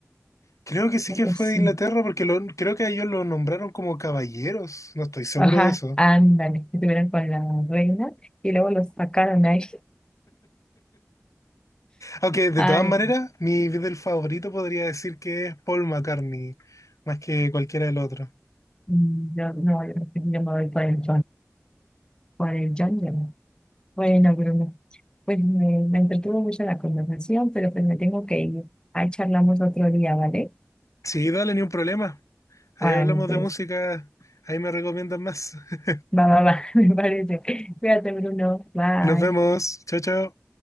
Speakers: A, on the left; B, on the left.
A: Creo que sí
B: creo
A: que
B: que
A: fue
B: sí.
A: de Inglaterra porque lo- creo que a ellos lo nombraron como caballeros. No estoy seguro
B: Ajá,
A: de eso.
B: ándale, estuvieron con la reina y luego los sacaron ahí.
A: Aunque de
B: Ay,
A: todas maneras, mi Beatle favorito podría decir que es Paul McCartney, más que cualquiera del otro.
B: Mm, No, no, yo no tenía más plan, para el John. Bueno, Bruno, pues me, me entretuvo mucho la conversación, pero pues me tengo que ir. Ahí charlamos otro día, ¿vale?
A: Sí, dale, ni un problema. Ahí
B: Ahora
A: hablamos
B: pues,
A: de música. Ahí me recomiendan más. <laughs>
B: va, va, va, <laughs> me parece. Cuídate, Bruno. Bye.
A: Nos vemos. Chao, chao.